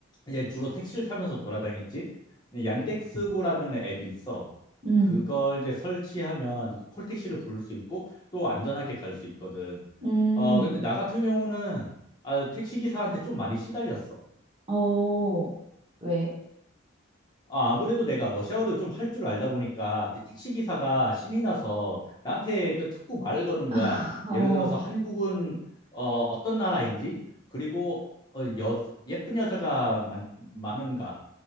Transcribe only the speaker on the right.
음,
음,
어, 왜?
<laughs> 어,